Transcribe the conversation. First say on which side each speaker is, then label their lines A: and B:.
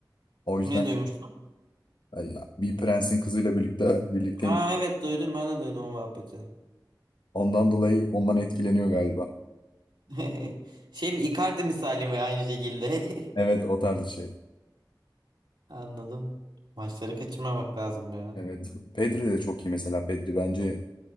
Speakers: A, on the left (about 75°); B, on the right (about 70°).
A: O yüzden
B: Ne duymuştun?
A: ay ya, bir prensin kızıyla birlikte birlikteyim.
B: Ha evet duydum ben de duydum o muhabbeti.
A: Ondan dolayı ondan etkileniyor galiba.
B: <laughs> Şey mi Icardi misali mi aynı şekilde?
A: Evet o tarz bir şey.
B: <laughs> Anladım. Maçları kaçırmamak lazım ya.
A: Evet. Pedri de çok iyi mesela. Pedri bence